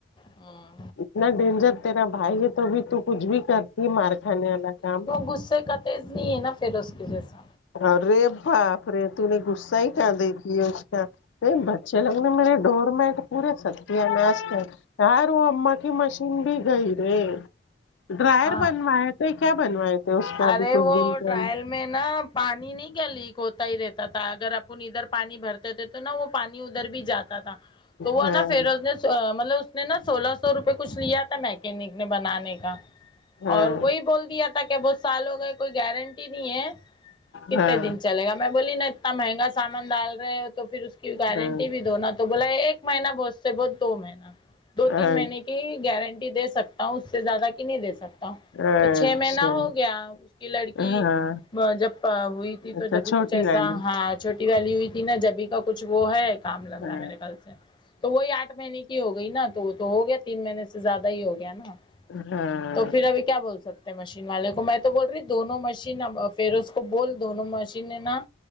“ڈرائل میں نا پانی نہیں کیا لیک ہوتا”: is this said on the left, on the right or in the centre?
Left